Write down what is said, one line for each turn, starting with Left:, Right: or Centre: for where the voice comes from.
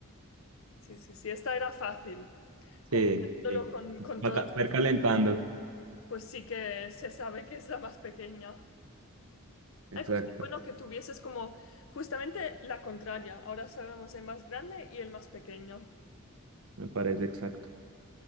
Left: Sí, sí, sí. Esta era fácil. Comparándolo
Right: Sí, sí.
Left: con, con todos
Right: Va ca-
Left: los...
Right: va calentando.
Left: de- Pues sí que se sabe que es la más pequeña.
Right: Exacto.
Left: Ay, pues qué bueno que tuvieses como justamente la contraria. Ahora sabemos el más grande y el más pequeño.
Right: Me parece exacto.